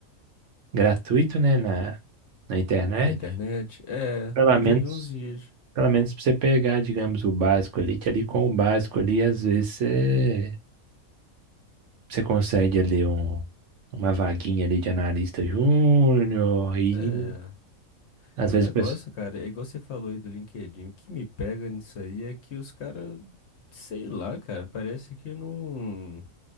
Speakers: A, on the right; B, on the left.
A: gratuito, né, na, na internet.
B: Na internet? É,
A: Pelo
B: eu
A: menos,
B: já vi uns vídeos.
A: pelo menos para você pegar, digamos, o básico ali, que ali com o básico ali, às vezes você Você consegue ali um, uma vaguinha ali de analista júnior e
B: É.
A: às
B: O
A: vezes
B: negócio,
A: o pessoal.
B: cara, é igual você falou aí do LinkedIn. O que me pega nisso aí é que os caras, sei lá, cara, parece que não.